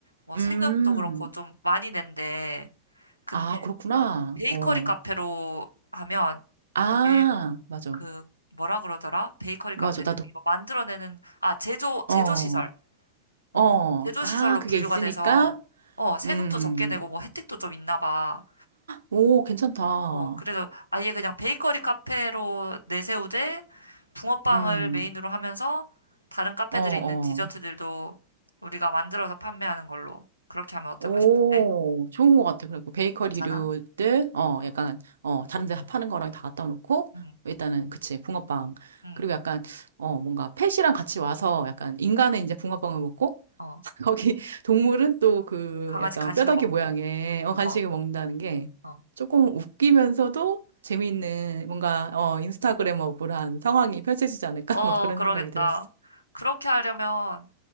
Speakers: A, on the left; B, on the right.
A: 뭐
B: 음.
A: 세금도 그렇고 좀 많이 낸대. 근데
B: 아, 그렇구나.
A: 베이커리
B: 어.
A: 카페로 하면
B: 아,
A: 예,
B: 맞아.
A: 그 뭐라 그러더라? 베이커리
B: 맞아.
A: 카페는
B: 나도,
A: 이거 만들어내는 아 제조
B: 어,
A: 제조 시설 어
B: 어.
A: 제조
B: 아,
A: 시설로
B: 그게
A: 분류가
B: 있으니까?
A: 돼서 어 세금도
B: 음.
A: 적게 내고 뭐 혜택도 좀 있나 봐.
B: 오, 괜찮다.
A: 어 그래서 아예 그냥 베이커리 카페로 내세우되 붕어빵을
B: 음.
A: 메인으로 하면서 다른 카페들에
B: 어, 어.
A: 있는 디저트들도 우리가 만들어서 판매하는 걸로 그렇게 하면 어떨까
B: 오,
A: 싶은데
B: 좋은 것 같아. 그래갖고 베이커리류들,
A: 괜찮아?
B: 어,
A: 어,
B: 약간, 어, 다른 데 파는 거랑 다 갖다 놓고,
A: 응,
B: 일단은, 그치, 붕어빵.
A: 응,
B: 그리고 약간, 어, 뭔가 펫이랑 같이 와서 약간 인간은 이제 붕어빵을 먹고,
A: 어
B: <laughs> 거기 동물은 또 그
A: 강아지
B: 약간
A: 간식을
B: 뼈다귀
A: 먹고
B: 모양의 어, 간식을
A: 어,
B: 먹는다는 게
A: 어.
B: 조금 웃기면서도 재미있는 뭔가, 어, 인스타그램어블한 상황이 펼쳐지지 않을까?
A: 어,
B: <laughs> 막 그런
A: 그러겠다.
B: 생각이 들었어.
A: 그렇게 하려면